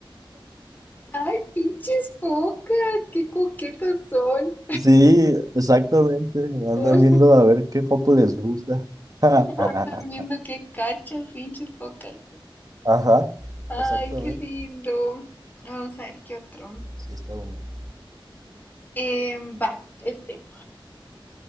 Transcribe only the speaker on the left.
Ay, pinches focas, qué coquetas son.
<laughs>
Andan viendo qué cachas, pinches focas.
Ay,
qué lindo. Vamos a ver qué otro.
Eh, va, este.